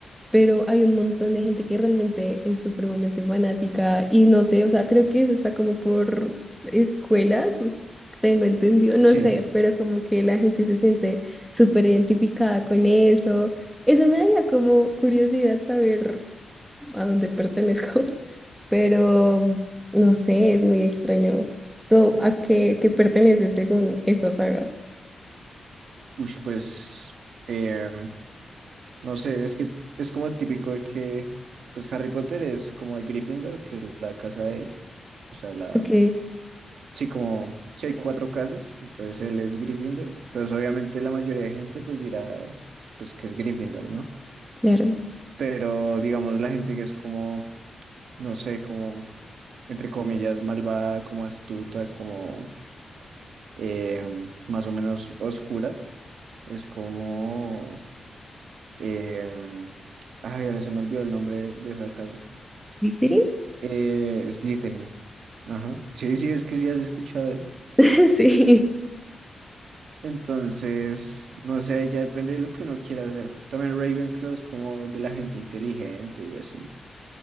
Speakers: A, in the centre; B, on the right.
A: pero hay un montón de gente que realmente es supremamente fanática y no sé, o sea, creo que eso está como por escuelas, o s- tengo entendido, no
B: Sí,
A: sé, pero como que la gente se siente súper identificada con eso. Eso me daría como curiosidad saber a dónde pertenezco, <laughs> pero no sé, es muy extraño. ¿Tú a qué, qué perteneces según esa saga?
B: uy, pues eh, no sé, es que es como el típico de que pues Harry Potter es como el Gryffindor, que es la casa de él. O sea, la
A: Ok,
B: sí, como sí hay cuatro casas, entonces él es Gryffindor. Entonces, obviamente, la mayoría de gente pues dirá pues que es Gryffindor, ¿no?
A: claro.
B: Pero digamos, la gente que es como, no sé, como, entre comillas, malvada, como astuta, como em, más o menos oscura, es como... em, ay, ahora se me olvidó el nombre de esa casa.
A: ¿Slytherin?
B: Eh, Slytherin. Ajá. Sí, sí, es que sí has escuchado eso.
A: <laughs> Sí.
B: Entonces, no sé, ya depende de lo que uno quiera hacer. También Ravenclaw es como de la gente inteligente y así.